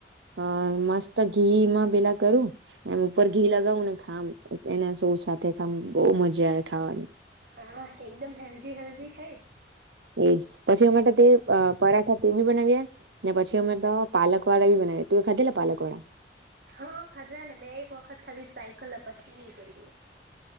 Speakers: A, on the right (about 85°); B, on the right (about 60°).
A: અ મસ્ત ઘીમાં પેલા કરું એમ ઉપર ઘી લગાવું ને ખામ એના સાથે બહ મજા આવે ખાવાની
B: હા એકદમ હેલ્જી હેલ્જી ખાય
A: એજ પછી અમારે તો તે પરાઠા તે બી બનાવ્યા ને પછી અમે તો પાલક વાળા બી બનાવ ત ખદલા પાલકોોડા
B: હા ખાજરા ને મેં એક વખત ખાલી સાઈકલ પછી નું કર્યું